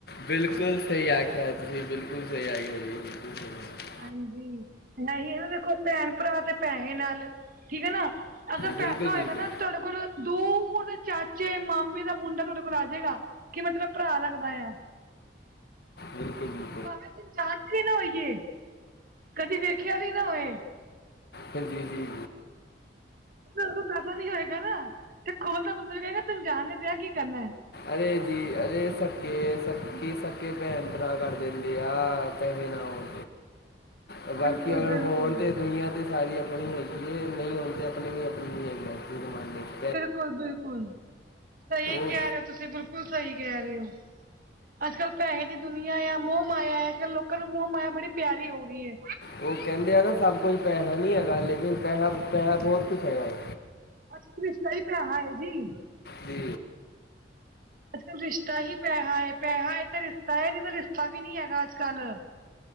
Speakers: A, on the left (about 55°); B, on the right (about 50°).
A: ਬਿਲਕੁਲ ਸਈ ਆਖਿਐ ਤੁਸੀਂ, ਬਿਲਕੁਲ ਸਈ ਆਖਿਐ ਜੀ। ਬਿਲਕੁਲ ਸਹੀ ਆਖਿਆ।
B: ਹਾਂਜੀ। ਨਹੀ ਏ ਨਾ ਦੇਖੋ ਭੈਣ ਭਰਾ ਤੇ ਪੈਹੇ ਨਾਲ, ਠੀਕ ਐ ਨਾ ਅਗਰ ਪੈਸਾ
A: ਬਿਲਕੁਲ ਬਿਲਕੁਲ
B: ਹੋਏਗਾ ਨਾ ਤੇ ਤੁਆਡੇ ਕੋਲ ਦੂਰ ਦੇ ਚਾਚੇ, ਮਾਮੇ ਦਾ ਮੁੰਡਾ ਤੁਆਡੇ ਕੋਲ ਆ ਜੇਗਾ ਕਿ ਮਤਲਬ ਭਰਾ ਲੱਗਦਾ ਏਯਾ
A: ਬਿਲਕੁਲ ਜੀ।
B: ਭਾਵੇਂ ਅਸੀ ਜਾਨਦੇ ਈ ਨਾ ਹੋਈਏ, ਕਦੀ ਵੇਖਿਆ ਵੀ ਨਾ ਹੋਏ
A: ਹ, ਜੀ-ਜੀ-ਜੀ।
B: ਤੁਆਡੇ ਕੋਲ ਪੈਸਾ ਨੀ ਹੋਏਗਾ ਨਾ ਤੇ ਖੋਲ ਦਾ ਬੰਦਾ ਜੜਾ ਐ ਨਾ ਤੁਆਨੂੰ ਜਾਨ ਨੀ ਪਿਐ ਕੀ ਕਰਨੈ।
A: ਅਰੇ ਜੀ, ਅਰੇ ਸਭ ਕਿ ਏ ਸਭ ਫਿਰ ਸੱਕੇ ਭੈਣ-ਭਰਾ ਕਰ ਦੇਂਦੇ ਆ, ਪੈਹੇ ਨਾ ਹੋਨ ਅ ਬਾਕੀ
B: ਬਿਲਕੁਲ
A: ਅਗਰ
B: ਬਿਲਕੁਲ
A: ਫੋਨ ਤੇ ਦੂਨੀਆ ਅਤੇ ਸਾਰੀ ਆਪਣੀ ਹੈਗੀ ਹੈ, ਨਹੀਂ ਹੋਣ ਤੇ ਆਪਣੇ ਵੀ ਆਪਣੀ ਨਹੀਂ ਹੈਗੀ, ਇਸ ਜ਼ਮਾਨੇ ਵਿਚ।
B: ਬਿਲਕੁਲ -ਬਿਲਕੁਲ ਸਹੀ ਕਹਿ
A: ਉਹ
B: ਰਹੇ ਹੋ। ਤੁਸੀਂ ਬਿਲਕੁਲ ਸਹੀ ਕਹਿ ਰਹੇ ਹੋ, ਅੱਜ ਕੱਲ ਪੈਸੇ ਦੀ ਦੁਨੀਆਂ ਆ, ਮੋਹ ਮਾਇਆ ਅੱਜ ਕੱਲ ਲੋਕਾਂ ਨੂੰ ਮੂੰਹ ਮਾਇਆ ਬੜੀ ਪਿਆਰੀ ਹੋ ਗਈ ਏ।
A: ਉਹ ਕਹਿੰਦੇ ਆ ਨਾ ਸਭ ਕੁਝ ਪੈਹਾ ਨਹੀਂ ਹੈਗਾ, ਲੇਕਨ ਪੈਹਾ- ਪੈਹਾ ਬਹੁਤ ਕੁਛ ਹੈਗਾ ਏ।
B: ਅੱਜ ਰਿਸ਼ਤਾ ਹੀ ਪੇਹਾ ਹੈ ਜੀ।
A: ਜੀ।
B: ਅੱਜ ਕੱਲ ਰਿਸ਼ਤਾ ਹੀ ਪੈਹਾ ਹੈ, ਪੈਹਾ ਹੈ ਤਾਂ ਰਿਸ਼ਤਾ ਹੈ, ਨਹੀਂ ਤਾਂ ਰਿਸ਼ਤਾ ਵੀ ਨੀ ਹੈਗਾ ਅੱਜ ਕੱਲ੍ਹ।